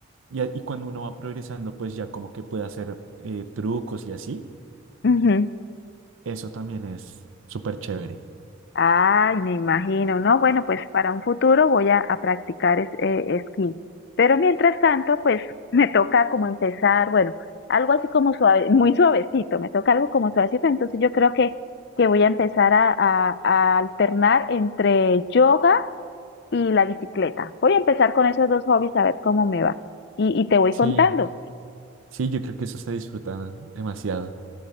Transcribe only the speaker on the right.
y, a- y cuando uno va progresando, pues ya como que puede hacer eh, trucos y así,
eso también es súper chévere.
Sí,
sí, yo creo que eso se disfruta demasiado.